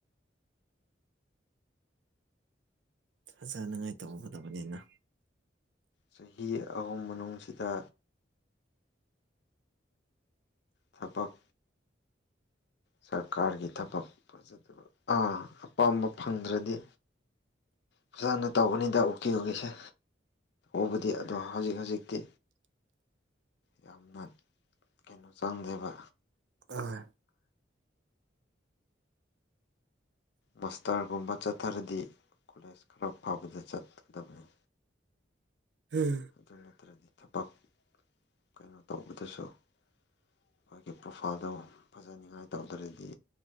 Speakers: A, on the right; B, on the left.
A: ꯐꯖꯅꯉꯥꯏ ꯇꯧꯒꯗꯕꯅꯤꯅ
B: ꯆꯍꯤ ꯑꯍꯨꯝ ꯃꯅꯨꯡꯁꯤꯗ ꯆꯇꯣꯛ ꯁꯔꯀꯥꯔꯒꯤ ꯊꯕꯛ ꯐꯖꯗꯕ ꯑꯥ ꯑꯄꯥꯝꯕ ꯐꯪꯗ꯭ꯔꯗꯤ ꯐꯖꯅ ꯇꯧꯕꯅꯤꯗ ꯎꯛꯀꯤ ꯎꯀꯤꯁꯦ ꯎꯕꯨꯗꯤ ꯑꯗꯣ ꯍꯧꯖꯤꯛ ꯍꯧꯖꯤꯛꯇꯤ ꯌꯥꯝꯅ ꯀꯩꯅꯣ ꯆꯪꯗꯦꯕ
A: ꯑ
B: ꯃꯥꯁꯇꯔꯒꯨꯝꯕ ꯆꯠꯊꯔꯗꯤ ꯀꯣꯂꯦꯖ ꯈꯔ ꯐꯕꯗ ꯆꯠꯀꯗꯕꯅꯤ
A: ꯍꯣꯏ
B: ꯑꯗꯨ ꯅꯠꯇ꯭ꯔꯗꯤ ꯊꯕꯛ ꯀꯩꯅꯣ ꯇꯧꯕꯗꯁꯨ ꯑꯩꯈꯣꯏꯒꯤ ꯄ꯭ꯔꯣꯐꯥꯏꯜꯗꯣ ꯐꯖꯅꯤꯉꯥꯏ ꯇꯧꯗ꯭ꯔꯗꯤ